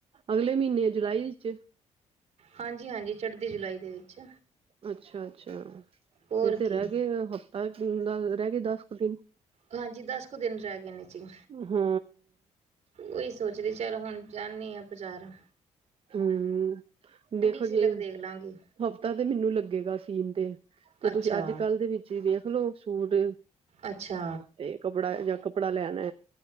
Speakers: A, on the right (about 45°); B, on the right (about 60°).
A: ਅਗਲੇ ਮੀਨੇ ਜੁਲਾਈ ਏਚ।
B: ਹਾਂਜੀ-ਹਾਂਜੀ ਚੜ੍ਹਦੀ ਜੁਲਾਈ ਦੇ ਵਿੱਚ।
A: ਅੱਛਾ-ਅੱਛਾ,
B: ਹੋਰ
A: ਫਿਰ ਤੇ
B: ਕੀ
A: ਰੈ ਗਏ ਹਫ਼ਤਾ ਜੂਨ ਦਾ ਰੈਗੇ ਦਸ ਕੁ ਦਿਨ।
B: ਹਾਂਜੀ ਦਸ ਕੁ ਦਿਨ ਰੈ ਗਏ ਨੇ ਜੀ।
A: ਹੂੰ।
B: ਓਈ ਸੋਚਰੀ ਚੱਲ ਹੁਣ ਜਾਂਣੀ ਆ ਬਜ਼ਾਰ।
A: ਹੂੰ, ਦੇਖੋ
B: ਸਿਲਕ
A: ਜੀ
B: ਦੇਖ ਲਾਂਗੀ
A: ਹਫ਼ਤਾ ਤੇ ਮੈਨੂੰ ਲੱਗੇਗਾ ਸੀਨ ਤੇ, ਤੇ
B: ਅੱਛਾ
A: ਤੁਸੀਂ ਅੱਜ-ਕੱਲ੍ਹ ਦੇ ਵਿੱਚ ਵੇਖ ਲੋ ਸੂਟ।
B: ਅੱਛਾ।
A: ਤੇ ਕੱਪੜਾ ਜਾਂ ਕੱਪੜਾ ਲੈਣਾ,